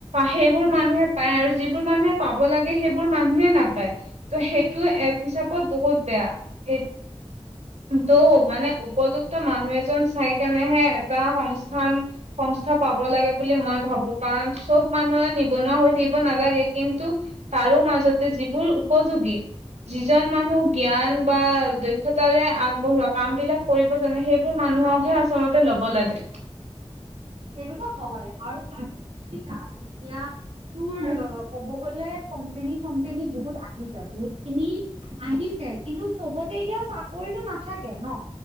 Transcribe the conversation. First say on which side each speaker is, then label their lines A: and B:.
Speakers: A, on the right; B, on the right.
A: সেইবোৰ
B: উম,
A: মানুহে পায় আৰু যিবোৰ মানুহে পাব লাগে সেইবোৰ মানুহে নাপায়। ত' সেইটো এক হিচাপত বহুত বেয়া এ ত' মানে উপযুক্ত মানুহ এজন চাই কেনেহে এটা সংস্থান সংস্থা পাব লাগে বুলি মই ভাবো, কাৰণ চব মানুহে নিবনুৱা হৈ থাকিব নালাগে কিন্তু তাৰো মাজতে যিবোৰ উপযোগী, যিজন মানুহ জ্ঞান বা দক্ষতাৰে আগবঢ়োৱা কাম বিলাক কৰিব জানে সেইবোৰ মানুহকহে আচলতে ল'ব লাগে।
B: সেইটোহয় আৰু ত এতিয়া তোৰ ক'ব গ'লে কম্পেনী-চম্পেনী বহুত আহি বহুত খিনি, আহিছে কিন্তু চবতে এতিয়া চাকৰিটো নাথাকে ন।